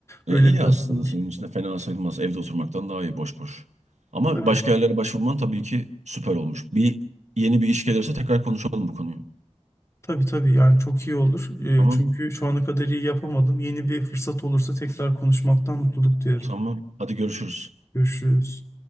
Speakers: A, on the right (about 85°); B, on the left (about 25°).
A: E,
B: Böyle
A: iyi
B: bir
A: aslında
B: yanı da var.
A: senin için de fena sayılmaz. Evde oturmaktan daha iyi boş boş. Ama
B: Tabii.
A: başka yerlere başvurman tabii ki süper olmuş. Bir yeni bir iş gelirse tekrar konuşalım bu konuyu.
B: Tabii tabii yani çok iyi olur. Ee,
A: Tamam.
B: çünkü şu ana kadar iyi yapamadım. Yeni bir fırsat olursa tekrar konuşmaktan mutluluk duyarım.
A: Tamam. Hadi görüşürüz.
B: Görüşürüz.